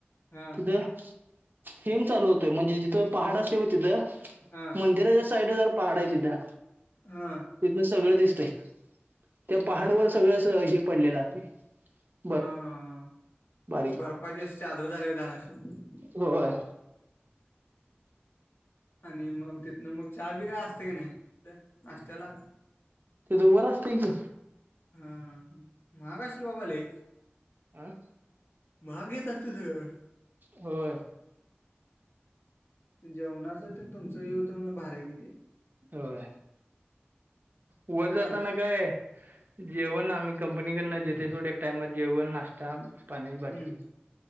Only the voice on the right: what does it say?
तिथं हिम चालू होतंय, म्हणजे जिथं पहाड असतं बग तिथं
मंदिराच्या साईड जरा पहाड हे तिथं.
तिथनं सगळं दिसतंय, त्या पहाडवर सगळं सगळं हिम पडलेलं <unintelligible>
बारीक
होय.
तिथं वर असतंय की.
आं?
होय.
होय. वर जाताना
काय, जेवण आम्ही कंपनीने <unintelligible> देते सोड, एक टाइमाचं जेवण नाष्टा. <unintelligible> पाण्याची बाटली.